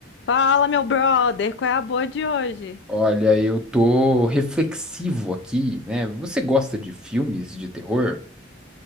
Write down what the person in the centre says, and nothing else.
Olha, eu tô reflexivo aqui, né? Você gosta de filmes de terror?